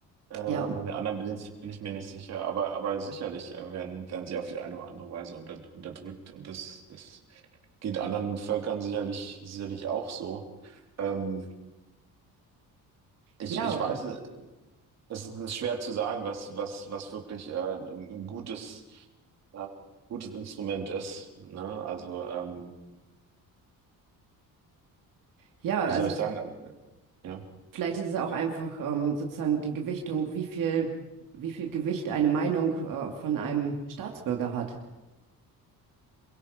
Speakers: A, on the right; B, on the right.
A: Äh, bei
B: Ja,
A: den anderen bin ich bin ich mir nicht sicher, aber aber sicherlich, äh, werden werden sie auf die eine oder andere Weise unter unterdrückt und das das geht anderen Völkern sicherlich sicherlich auch so. Ähm, ich
B: ja,
A: ich weiß, äh, es ist es ist schwer zu sagen, was was was wirklich, äh, 'n 'n gutes, äh, gutes Instrument ist, ne? Also, ähm,
B: ja,
A: wie
B: also
A: soll ich sagen? Äh, äh, ja.
B: vielleicht ist es auch einfach ähm, sozusagen die Gewichtung, wie viel, wie viel Gewicht eine Meinung äh, von einem Staatsbürger hat.